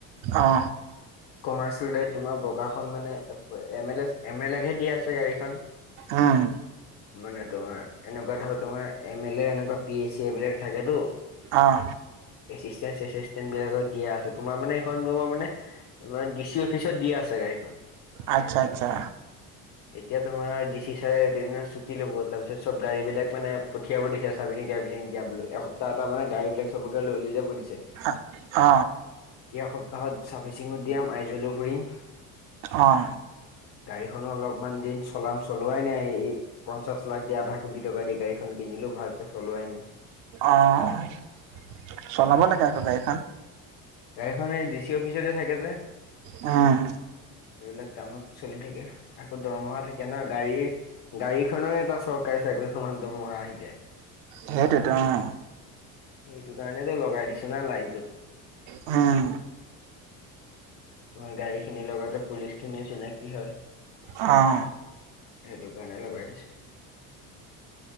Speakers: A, on the right; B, on the left.
A: অঁ।
B: কমাৰ্চিয়েল গাড়ীত তোমাৰ বগাখন মানে এমএলএছ, এমএলএকহে দিয়া আছে গাড়ীখন।
A: উম।
B: মানে তোমাৰ এনেকুৱা ধৰ তোমাৰ এমএলএ এনেকুৱা পিএচচি এইবিলাক থাকেতো।
A: অঁ।
B: এচিচণ্টেণ-চেচিণ্টণ বিলাকত দিয়া আছে। তোমাৰ মানে এইখন তোমাৰ মানে তোমাৰ ডিচি অফিচত দিয়া আছে গাড়ীখন।
A: আচ্ছা-আচ্ছা।
B: এতিয়া তোমাৰ ডিচি ছাৰে কেইদিনমান ছুটি ল'ব। তাৰপিছত চব গাড়ীবিলাক মানে পঠিয়াব দিছে। ছাৰ্ভিচিং-টাৰবিছিং দিয়াবলৈ। এসপ্তাহ এটা মানে গাড়ীবিলাক চবকে লৈ-লৈ যাব দিছে।
A: <unintelligible> অঁ।
B: এই সপ্তাহত চাৰ্ফভিচিঙো দিয়াম, আইজলো ফুৰিম।
A: অঁ।
B: গাড়ীখনো অলপমান দিন চলাম। চলোৱাই নাই এই পঞ্চাশ লাখ দি, আধা কোটি টকা দি গাড়ীখন কিনিলোঁ ভালকে চলোৱাই নাই।
A: অঁ! চলাব লাগে আকৌ গাড়ীখন।
B: গাড়ীখন এই ডিচি অফিচতে থাকে যে।
A: উম।
B: এইবিলাক কামত চলি থাকে। আকৌ দৰমহা থাকে ন গাড়ীৰ। গাড়ীখনেও এটা চৰকাৰী চাকৰি সমান দৰমহা আহি যায়।
A: সেইটোৱেইতো অঁ।
B: সেইটো কাৰণেটো লগাই দিছোঁ না লাইনটোত।
A: উম।
B: তোমাৰ গাড়ীখিনিৰ লগতে পুলিচখিনিও চিনাকি হয়।
A: অঁ।
B: সেইটো কাৰণে লগাই দিছোঁ।